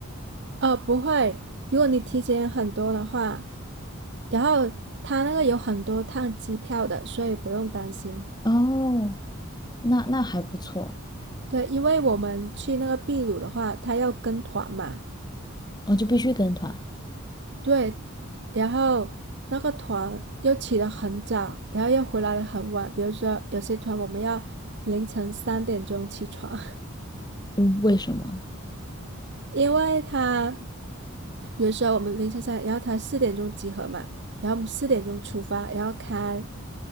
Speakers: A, on the right (about 55°); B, on the left (about 20°).
A: 呃，不会，如果你提前很多的话，然后他那个有很多趟机票的，所以不用担心。
B: 哦，那那还不错，
A: 对，因为我们去那个秘鲁的话，他要跟团嘛，
B: 哦，就必须跟团。
A: 对，然后那个团又起得很早，然后又回来的很晚。比如说有些团我们要凌晨三点钟起床，
B: 嗯为什么？
A: <laughs> 因为他，比如说我们凌晨三，然后他四点钟集合嘛，然后我们四点钟出发，然后开